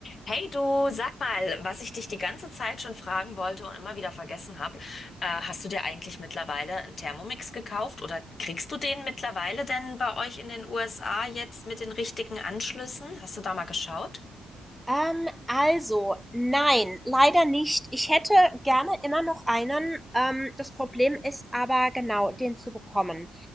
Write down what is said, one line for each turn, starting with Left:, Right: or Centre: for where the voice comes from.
Left: Hey du, sag mal, was ich dich die ganze Zeit schon fragen wollte und immer wieder vergessen habe, äh, hast du dir eigentlich mittlerweile einen Thermomix gekauft oder kriegst du den mittlerweile denn bei euch in den USA jetzt mit den richtigen Anschlüssen? Hast du da mal geschaut?
Centre: Ähm, also, nein, leider nicht. Ich hätte gerne immer noch einen. Ähm, das Problem ist aber genau, den zu bekommen.